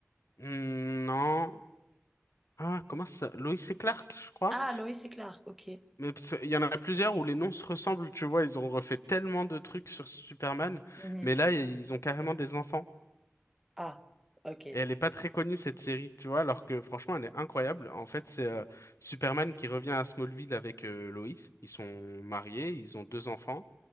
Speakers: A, on the left (about 90°); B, in the centre.
A: Hmm, Non. Ah, comment ça? Lois et Clark, je crois.
B: Ah, Lois et Clark, ok.
A: Mais parce que il y en a plusieurs où les noms se ressemblent, tu vois. Ils ont refait tellement de trucs sur Superman.
B: Mhm.
A: Mais là, ils ont carrément des enfants.
B: Ah, ok.
A: Et elle est pas très connue, cette série, tu vois. Alors que franchement, elle est incroyable. En fait, c'est euh, Superman qui revient à Smallville avec euh, Lois. Ils sont mariés, ils ont deux enfants.